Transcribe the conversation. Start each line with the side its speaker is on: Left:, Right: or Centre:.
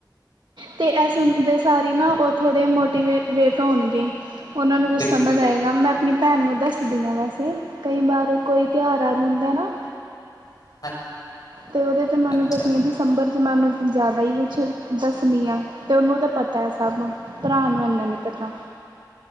Right: ਤੇ ਐ ਸੁਨਦੇ ਸਾਰ ਈ ਨਾ ਓ ਥੋੜੇ ਮੋਟੀਵੇ ਵੇਟ ਹੋਨਗੇ, ਓਨਾਂ ਨੂੰ ਕੁਛ
Left: ਬਿਲਕੁਲ,
Right: ਸਮਝ
Left: ਬਿਲਕੁਲ।
Right: ਆਏਗਾ। ਯਾ ਮੈਂ ਆਪਨੀ ਭੈਣ ਨੂੰ ਦੱਸਦੀ ਹਾਂ ਵੈਸੇ ਕਈ ਵਾਰ ਕੋਈ ਤਿਉਹਾਰ ਆ ਜਾਂਦਾ ਐ ਨਾ।
Left: <unintelligible>
Right: ਤੇ ਓਦੇ ਤੇ ਮੈਨੂੰ
Left: ਅੱਛਾ।
Right: ਓਨੂੰ ਦਸਨੀ ਦਸੰਬਰ ਜੇ ਮੈਂ ਓਨੂੰ ਜ਼ਿਆਦਾ ਈ ਕੁਛ ਦੱਸਣੀ ਆਂ ਤੇ ਓਨੂੰ ਤਾਂ ਪਤਾ ਐ ਸਭ। ਭਰਾ ਨੂੰ ਇੰਨਾ ਨੀ ਪਤਾ।